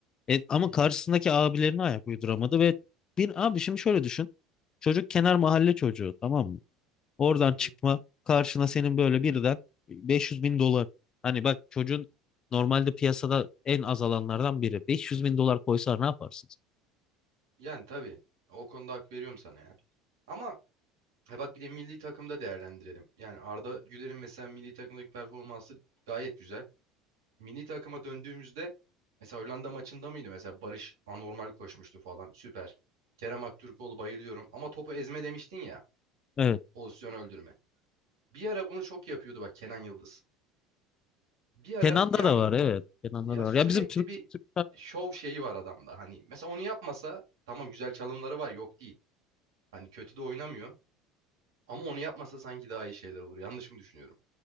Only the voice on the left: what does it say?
E, ama
karşısındaki abilerine ayak uyduramadı ve bir abi şimdi şöyle düşün. Çocuk kenar mahalle çocuğu tamam mı? Oradan
çıkma karşına senin böyle birden beş yüz bin dolar. Hani bak çocuğun normalde piyasada en az alanlardan biri. beş yüz bin dolar koysalar ne yaparsınız?
Evet.
Kenan'da
da var evet. Kenan'da
da var.
Ya bizim Türk
Türk